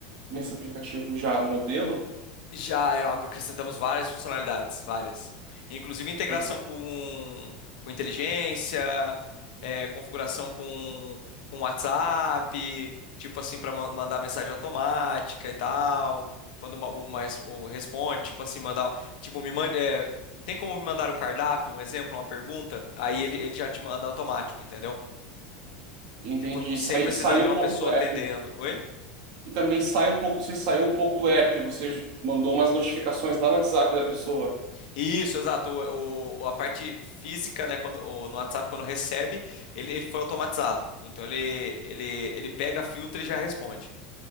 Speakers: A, on the right; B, on the left.
A: nesse aplicativo já modelo?
B: Já é, ac- acrescentamos várias funcionalidades, várias. Inclusive integração
A: Legal.
B: com, com inteligência, é, configuração com, com WhatsApp, tipo assim, para mandar mensagem automática e tal. Quando uma, uma res- ou responde, tipo assim, mandar. Tipo, me mande. é, tem como me mandar o cardápio, um exemplo, uma pergunta? Aí ele, ele já te manda automático, entendeu?
A: Entendi.
B: Tipo, sem
A: E Sai,
B: precisar
A: saiu
B: de uma
A: um pouco
B: pessoa
A: do app.
B: atendendo. Oi?
A: E também sai um pouco, você saiu um pouco do app, você mandou umas notificações lá no WhatsApp da pessoa.
B: Isso, exato. O, o- a parte física, né, quando, o- no WhatsApp, quando recebe, ele, ele foi automatizado. Então ele, ele, ele pega, filtra e já responde.